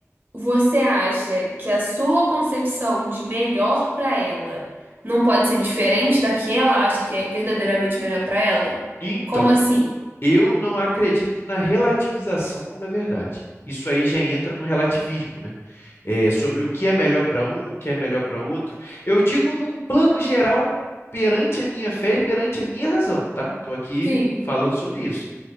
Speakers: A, on the right (about 40°); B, on the left (about 50°).
A: Você acha que a sua concepção de melhor pra ela não pode ser diferente da que ela acha que é verdadeiramente melhor pra ela?
B: Então,
A: Como assim?
B: eu não acredito na relativização da verdade. Isso aí já entra no relativismo, né? é, sobre o que é melhor para um, o que é melhor para outro. Eu digo num plano geral perante a minha fé e perante a minha razão, tá? Estou aqui
A: Sim,
B: falando sobre isso.